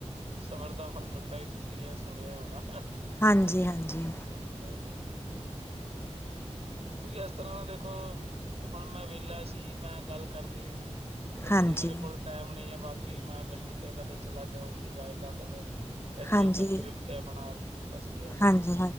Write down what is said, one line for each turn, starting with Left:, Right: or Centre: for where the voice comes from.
Right: ਸਬਰ ਦਾ ਫਲ ਮਿੱਠਾ ਇਹ ਤੁਸੀਂ ਇਹ ਸੁਣਿਆ ਈ ਹੋਣਾ।
Left: ਹਾਂਜੀ-ਹਾਂਜੀ।
Right: <inaudible> ਕੋਈ ਇਸ ਤਰ੍ਹਾਂ ਨਾ ਦੇਖੋ, ਹੁਣ ਮੈਂ ਵੈਹਲਾ ਸੀ ਮੈਂ ਗੱਲ ਕਰ ਲਈ। ਵੈਸੇ
Left: ਹਾਂਜੀ
Right: ਤਾਂ ਮੇਰੇ ਕੋਲ ਟਾਈਮ ਨੀ ਐ ਬਾਕੀ ਮੈਂ ਗੱਡੀ ਤੇ ਕਦੇ ਚਲਾ ਜਾ ਉੱਥੇ ਜਾ ਇੱਦਾ ਕਦੇ। ਇਧਰ
Left: ਹਾਂਜੀ
Right: ਉਧਰ ਟ੍ਰਿਪ ਤੇ ਆਪਣਾ ਬਸ ਗਿਆ ਐ,
Left: ਹਾਂਜੀ